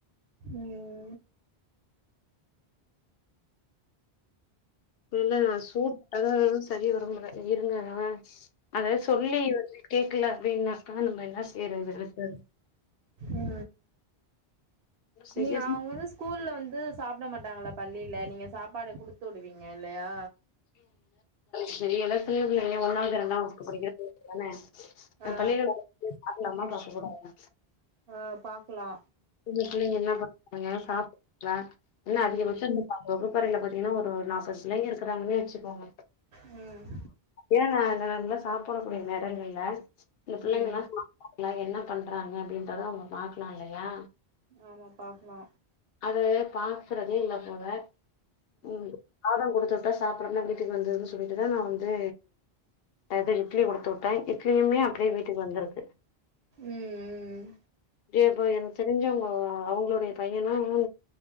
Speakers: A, on the right; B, on the left.
A: ம்
B: இல்ல நா சூட் அத சரி வர விரும்புறே இருங்க நா அத சொல்லி வந்து கேக்கல அப்டீன்னாக்கா நம்ம இன்னா செய்றது அதுக்கு
A: அ
B: செய்ய
A: நீ அவுங்கதா சொ ஸ்கூல்ல வந்து சாப்ட மாட்டாங்களா பள்ளியில நீங்க சாப்பாடு குடுத்து விடுவீங்க இல்லயா
B: சரி எல்லா சின்ன பிள்ளைங்க ஒன்னாவது இரண்டாம்க்கு படிக்கிறது பிள்ளைங்க தானே நா
A: ஆ
B: பள்ளிக்கூடோ <unintelligible> போய் பாக்கலாமா பாக்க கூடாதா
A: ஆ பாக்கலா
B: உங்க பிள்ளங்க இன்னா பண்றாங்க சாப்ட்டீங்கலா என்ன அதிகபட்சம்
A: ம்
B: வகுப்பறையில பாத்தீங்னா ஒரு நாற்பது பிள்ளைங்க இருக்கிறாங்கன்னே வச்சுக்கோங்க
A: ம்
B: ஏனா அந்த நல்ல நேரத்தல சாப்டக்கூடிய நேரங்கள்ல இந்த பிள்ளைங்கல்லா
A: ம்
B: சாப் டிங்லா என்ன பண்றாங்க அப்டின்றத அவுங்க பாக்லா இல்லையா
A: ஆமா பாக்னோ
B: அத பாக்கறதே இல்ல மேத ம் சாதம் குடுத்துட்டாஸ் சாப்டாம வீட்டுக்கு வந்துன்னு சொல்லிட்டு தா நா வந்து அது இட்லி குடுத்துவுட்ட இட்லியுமே அப்டியே வீட்டுக்கு வந்திருது
A: ம் ம்
B: ஏப்பா எனக்கு தெரிஞ்சவுங்கோ அவுங்ளுடைய பையனோனு